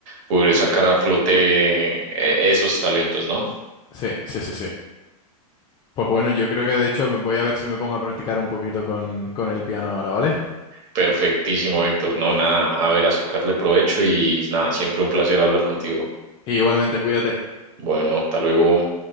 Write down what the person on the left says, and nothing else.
Sí, sí, sí, sí. Pues bueno, yo creo que de hecho me voy a ver si me pongo a practicar un poquito con, con el piano ahora, ¿vale?
Y igualmente, cuídate.